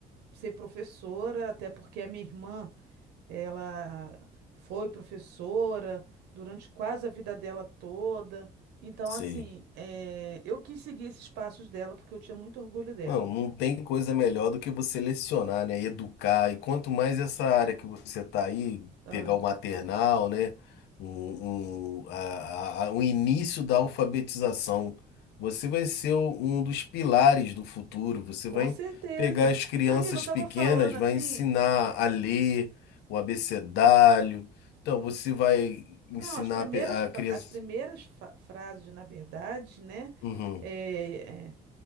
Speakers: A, on the right (about 85°); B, on the left (about 85°).
A: ser professora, até porque a minha irmã. Ela foi professora durante quase a vida dela toda. Então,
B: sei.
A: assim, eh, eu quis seguir esses passos dela porque eu tinha muito orgulho dela.
B: Não, não tem coisa melhor do que você lecionar, né? Educar. E quanto mais essa área que você tá aí,
A: tá?
B: pegar o maternal, né? Um, um, a- a- o início da alfabetização. Você vai ser o- um dos pilares do futuro. Você
A: Com
B: vai
A: certeza.
B: pegar as crianças
A: Amigo, eu estava
B: pequenas,
A: falando
B: vai
A: assim.
B: ensinar a ler o abecedário. Então, você vai ensinar
A: Não, as primeiras,
B: a pe- a
A: fra-
B: criança.
A: as primeiras fa- frases, na verdade, né?
B: Uhum.
A: eh, eh,